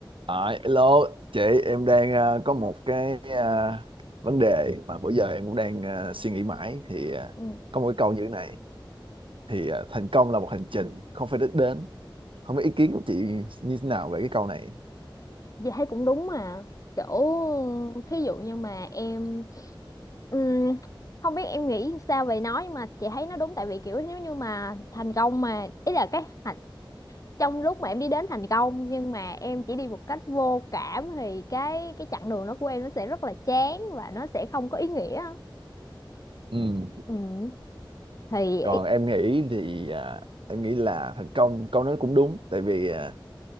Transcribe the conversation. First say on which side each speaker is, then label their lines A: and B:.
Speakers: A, on the right; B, on the left.
A: À, hello chị em đang ờ, có một cái ờ, vấn đề mà bữa giờ em cũng đang ờ, suy nghĩ mãi thì ờ,
B: Ừ,
A: có một cái câu như thế này thì ờ, thành công là một hành trình không phải đích đến không biết ý kiến của chị như thế nào về cái câu này
B: Dì thấy cũng đúng mà kiểu thí dụ như mà em ừm, không biết em nghĩ sao về nó nhưng mà chị thấy nó đúng tại vì kiểu nếu như mà thành công mà ý là cái hạnh- trong lúc mà em đi đến thành công nhưng mà em chỉ đi một cách vô cảm thì cái cái chặng đường đó của em nó sẽ rất là chán và nó sẽ không có ý nghĩa
A: ừ.
B: ừ thì
A: còn
B: ý-
A: em nghĩ thì ờ, em nghĩ là thành công câu nói cũng đúng tại vì ờ,